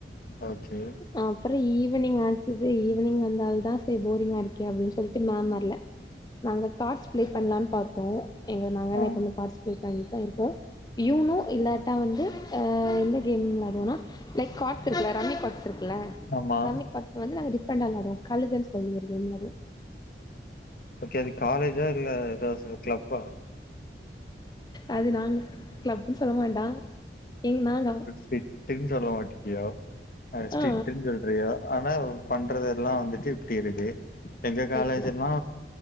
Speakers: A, on the left; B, on the left.
A: ஓகே
B: அப்புறம் ஈவினிங் ஆச்சுது ஈவினிங் வந்தால் தான் சேரி போரிங்கா இருக்கே அப்டின்னு சொல்லுட்டு மேம் வரல நாங்க கார்ட்ஸ் பிளே பண்லான் பாத்தோம் எங்க நாங்க என்ன
A: ஆ
B: இப்போ கார்ட்ஸ் பிளே பண்ணிட்டுதான் இருக்கோம் யூனும் இல்லாட்டா வந்து அ எந்த கேம் வெளாடுவோனா லைக் கார்ட்ஸ் இருக்குல்ல ரம்மி கார்ட்ஸ் இருக்குல்ல
A: ஆமா
B: ரம்மி கார்ட்ஸ் வந்து நாங்க டிஃப்ரெண்டா வெளாடுவோம் கழுதன்னு சொல்லி ஒரு கேம் வெளாடுவோம்
A: ஓகே அது காலேஜா இல்ல ஏதாவது கிளப்பா
B: அது நாங்க கிளப்ன்னு சொல்ல மாட்டான் எங்க நாங்க
A: ஸ்ட்ரிட்ன்னு சொல்ல மாட்டிக்கியோ ஸ்ட்ரிட்ன்னு
B: ஆ
A: சொ சொல்றியோ ஆனா இவ பண்றது எல்லாம் வந்துட்டு இப்டி இருக்கு எங்க
B: லைக்ல
A: காலேஜ் எல்லா